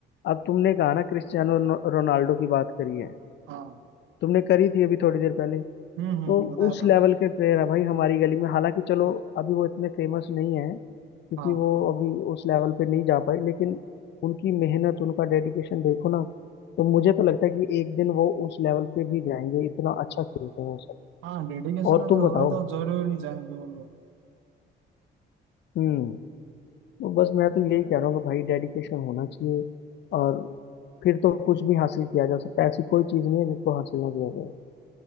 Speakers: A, on the left; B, on the right.
A: अब तुमने कहा ना क्रिस्टियानो रोन- रोनाल्डो की बात करी है
B: हाँ
A: तुमने करी थी अभी थोड़ी देर पहले
B: हम्म
A: तो
B: हम्म बताया
A: उस
B: था
A: लेवल के प्लेयर है भाई हमारी गली में हालांकि चलो अभी वो इतने फेमस नहीं है क्योंकि
B: हाँ
A: वो अभी उस लेवल पे नहीं जा पाए लेकिन उनकी मेहनत उनका डेडिकेशन देखो ना तो मुझे तो लगता है कि एक दिन वो उस लेवल पे भी जाएंगे इतना अच्छा खेलते हैं वो सब
B: हाँ डेडिकेशन
A: और
B: अगर
A: तुम
B: होगा
A: बताओ
B: तो जरूर ही जाएंगे वो लोग
A: हम्म तो बस मैं तो यही कह रहा हूँ कि भाई डेडिकेशन होना चाहिए और फिर तो कुछ भी हासिल किया जा सकता है ऐसी कोई चीज़ नहीं है जिसको हासिल ना किया जाए